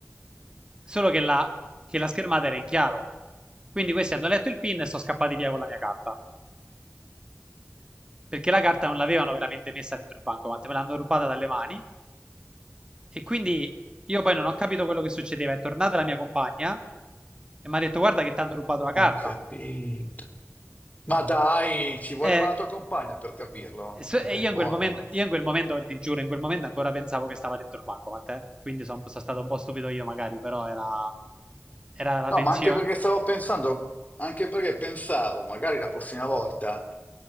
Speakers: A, on the right; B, on the left.
A: solo che la, che la schermata era in chiaro. Quindi questi hanno letto il PIN e sono scappati via con la mia carta. perché la carta non l'avevano veramente messa dentro il bancomat, me l'hanno rubata dalle mani e quindi io poi non ho capito quello che succedeva. È tornata la mia compagna e mi ha detto guarda che ti hanno rubato la carta.
B: Ho capito. Ma dai, ci voleva
A: E,
B: la tua compagna per capirlo.
A: e so-
B: Eh
A: e
B: beh,
A: io
B: buono.
A: in quel momento, io
B: eh.
A: in quel momento, ti giuro, in quel momento ancora pensavo che stava dentro il bancomat, eh. Quindi son- sono stato un po' stupido io magari, però era, era la
B: No,
A: tensione.
B: ma anche perché stavo pensando, anche perché pensavo, magari la prossima volta,